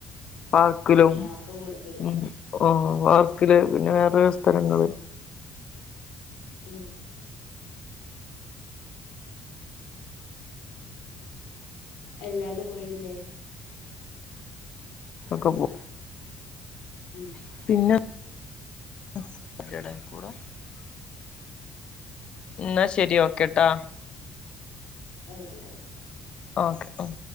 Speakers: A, on the left; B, on the left.
A: പാർക്കിലും
B: ആഹ് അപ്പം കൂടെ പോയിന്
A: ഉം
B: ആഹ്
A: പാർക്കില് പിന്നെ വേറെേ സ്ഥലങ്ങള്.
B: ഉം എല്ലാതെ പോയില്ലേ.
A: അക്കപ്പോ
B: ഉം
A: <unintelligible> ഇന്നാ ശേരി ഓക്കേട്ടാ
B: അ ഗുട് നഴ്ട്
A: ഓക്കെ ഉം